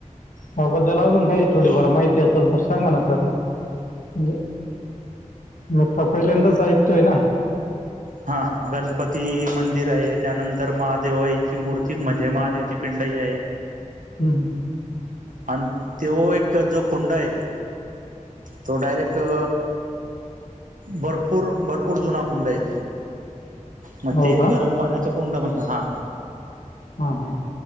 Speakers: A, on the left (about 80°); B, on the right (about 80°).
A: त्याबद्दल अजून काही थोडीफार माहिती असेल तर सांगा ना सर. म्हणजे, मी प पहिल्यांदाच ऐकतोय ना.
B: हां गणपती मंदिर आहे, त्यानंतर महादेवाची मूर्ती म्हणजे महादेवाची पिंडही आहे.
A: ह्म्म हम्म
B: आणि तो एक जो कुंड आहे, तो डायरेक अ भरपूर भरपूर जुना कुंड आहेत. मग
A: हो
B: ते
A: का
B: गरम पाण्याचं कुंड म्हण, हा.
A: हम हम